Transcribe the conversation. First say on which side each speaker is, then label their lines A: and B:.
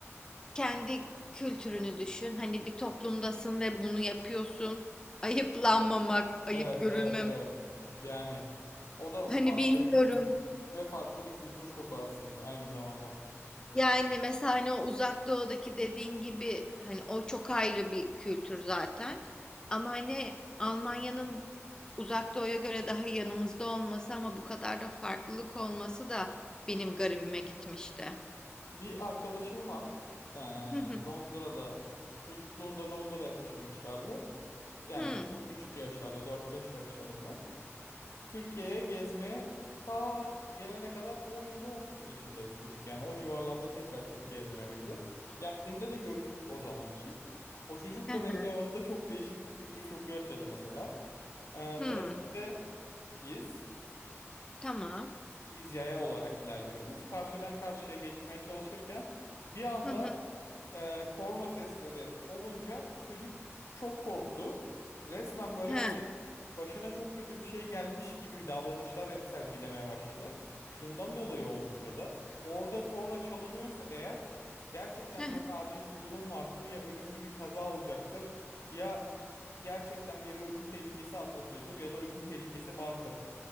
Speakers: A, on the left; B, on the left.
A: kendi kültürünü düşün. Hani bir toplumdasın ve bunu yapıyorsun. Ayıplanmamak, ayıp
B: Evet,
A: görülmemek.
B: evet, evet. Yani o da
A: Hani
B: farklı
A: bilmiyorum.
B: bir kültür ve farklı bir kültür şoku aslında aynı zamanda.
A: Yani mesela hani o uzak doğudaki dediğin gibi hani o çok ayrı bir kültür zaten. Ama hani Almanya'nın uzak doğuya göre daha yanımızda olması ama bu kadar da farklılık olması da benim garibime gitmişti.
B: Bir arkadaşım var. Ee,
A: Hı hı.
B: Londra'da çocukluğunda Londra'ya taşınmışlardı. Yani
A: Hı.
B: çok küçük yaşlarda dört beş yaşlarında. Türkiye'ye gezmeye ta gelene kadar on yedi on sekiz yaşındaydı çocuk. Yani o civarlarda tekrar Türkiye'ye dönebildi. Geldiğinde de görüştük o zaman için. O çocuk
A: Hı
B: da
A: hı.
B: benim yanımda çok değişik bir kültür şoku yaşadı mesela. Ee,
A: Hı.
B: trafikteyiz.
A: Tamam.
B: Biz yaya olarak ilerliyoruz. Karşıdan karşıya geçmeye çalışırken bir anda
A: Hı hı.
B: e, korna sesleri olunca çocuk çok korktu. Resmen böyle
A: He.
B: hani başına çok kötü bir şey gelmiş gibi davranışlar sergilemeye başladı. Şundan dolayı olmuş o da. Orada korna çalınıyorsa eğer gerçekten
A: Hı
B: çok
A: hı.
B: acil bir durum vardır. Ya ölümlü bir kaza olacaktır ya gerçekten biri ölüm tehlikesi atlatıyordur ya da ölüm tehlikesi vardır